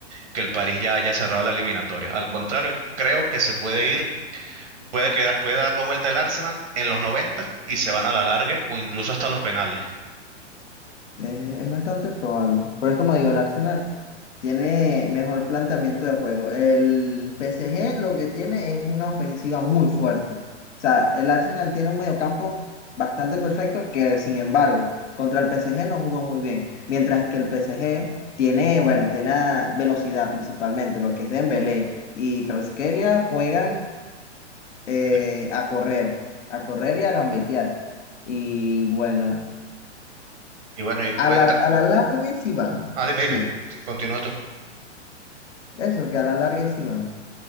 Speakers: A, on the right; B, on the left.
A: que el París ya haya cerrado la eliminatoria. Al contrario, creo que se puede ir puede, quedar, puede darlo vuelta el Arsenal en los 90 y se van a la larga o incluso hasta los penales.
B: Es, es bastante probable. Pero es como digo, el Arsenal tiene mejor planteamiento de juego. El PSG lo que tiene es una ofensiva muy fuerte. O sea, el Arsenal tiene un mediocampo bastante perfecto que, sin embargo, contra el PSG no jugó muy bien. Mientras que el PSG tiene, bueno, tiene a- velocidad principalmente. Lo que es Dembélé y Kvaratskhelia juegan eh,
A: Sí.
B: a correr, a correr y a gambetear. Y bueno.
A: Y bueno, y cuenta.
B: A la, a la larga sí van,
A: Ah, dime, dime.
B: sí,
A: Sí, continúa tú.
B: eso, que a la larga sí van.